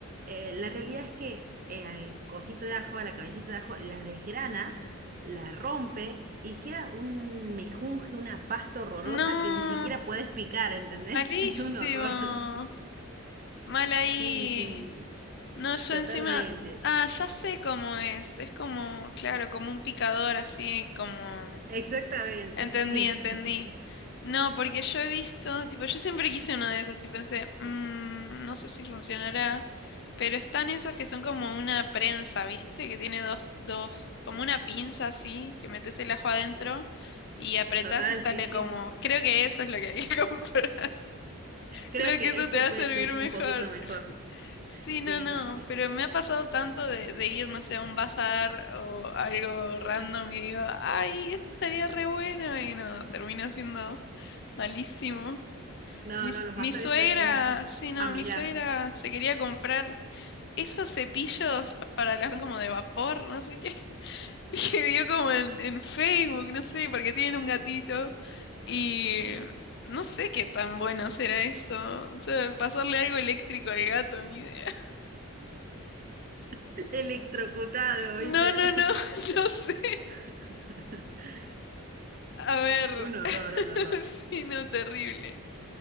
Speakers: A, on the right; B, on the left.
A: Eh, la realidad es que eh, al cosito de ajo, a la cabecita de ajo, la desgrana, la rompe y queda un mejunje, una pasta horrorosa
B: No.
A: que ni siquiera puedes picar, ¿entendés?
B: Malísimos.
A: <laughs> Es un horror.
B: Mal ahí.
A: Sí, sí, sí,
B: No, yo
A: totalmente.
B: encima. Ah, ya sé cómo es. Es como, claro, como un picador así, como.
A: Exactamente,
B: Entendí,
A: sí.
B: entendí.
A: <laughs>
B: No, porque yo he visto, tipo, yo siempre quise uno de esos y pensé, "Mm, no sé si funcionará. Pero están esos que son como una prensa, ¿viste? Que tiene dos, dos, como una pinza así, que metes el ajo adentro y apretás
A: Total,
B: y sale
A: sí, sí.
B: como. Creo que eso es lo que hay que <laughs> comprar.
A: Creo
B: Creo
A: que
B: que eso
A: ese
B: te va
A: puede
B: a servir
A: ser
B: mejor.
A: un poquito mejor.
B: Sí,
A: Sí,
B: no, no,
A: sí, sí, sí.
B: pero me ha pasado tanto de, de ir, no sé, a un bazar o algo random y digo, ay, esto estaría re bueno y no, termina siendo malísimo.
A: No,
B: Mi, s-
A: no, los
B: mi
A: bazares
B: suegra,
A: hay que ir
B: sí, no,
A: a mirar.
B: mi suegra se quería comprar esos cepillos pa- para las como de vapor, no sé qué. <laughs> que vio como en, en Facebook, no sé, porque tienen un gatito y no sé qué tan bueno será eso. O sea, pasarle algo eléctrico al gato, ni idea. <laughs>
A: <laughs> Electrocutado, ¿oíste?
B: No, no, no, <laughs> no sé.
A: <laughs>
B: A ver,
A: Un horror,
B: <laughs>
A: un horror.
B: sí, no, terrible.